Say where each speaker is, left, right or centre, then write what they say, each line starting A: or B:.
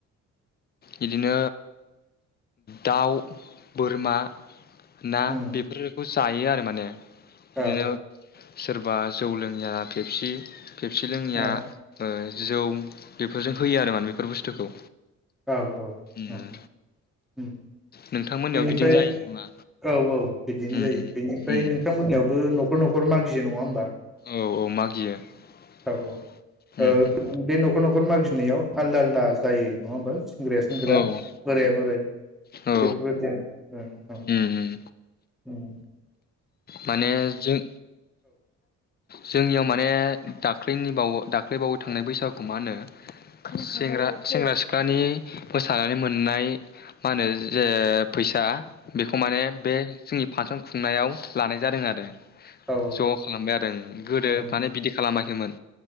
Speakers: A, on the left; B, in the centre.
A: बिदिनो दाउ बोरमा ना
B: उम
A: बेफोरोखौ जायो आरो माने। बिदिनो
B: औ
A: सोरबा जौ लोङिया पेफसि पेफसि लोङिया
B: औ
A: ओ जौ बेफोरजों होयो आरो माने बेफोर बुस्थुखौ।
B: औ औ
A: उम
B: औ। उम।
A: नोंथांमोननियाव
B: बेनिफ्राय
A: बिदिनो जायो खोमा
B: औ औ बिदिनो
A: उम
B: जायो बेनिफ्राय
A: उम
B: नोंथां मोननियावबो न'खर न'ख खर मागियो नङा होनबा।
A: औ औ मागियो उम
B: औ औ ओ
A: उम।
B: बे न'खर नखर मागिनायाव आलदा आलदा जायो नङा होनबा सेंग्राया सेंग्राा
A: औ ओं
B: बोराया बोराय।
A: औ
B: बेफोरबायदिनो उम औ औ
A: उम उम
B: उम।
A: माने जों जोंनियाव माने दाख्लैनि बाव दाख्लैबावै थांनाय बैसागु मा होनोग सेंग्रा सेंग्रा सिख्लानि मोसानानै मोननाय मा होनो जे ओ फैसा बेखौ माने बे जोंनि फांसन खुंनायाव। लानाय जादों आरो
B: औ
A: ज खालामबाय आरो उम गोदो
B: औ
A: माने बिदि खालामाखै खैमोन